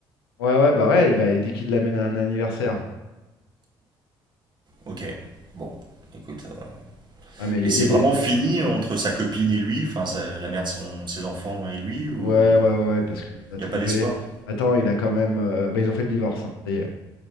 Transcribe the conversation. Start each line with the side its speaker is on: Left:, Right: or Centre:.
Left: Ouais, ouais, bah ouais, il va, il dit qu'il l'amène à un anniversaire.
Right: Ok. Bon, écoute. euh,
Left: Ouais, mais
Right: Et
Left: il y, a
Right: c'est
Left: il y a
Right: vraiment
Left: des.
Right: fini entre sa copine et lui, enfin sa- la mère de son, ses enfants et lui, ou
Left: Ouais, ouais, ouais, ouais, parce qu'il l'a
Right: il
Left: trompé.
Right: n'y a pas d'espoir?
Left: Attends, il a quand même. euh, Bah, ils ont fait le divorce, hein, ça y est.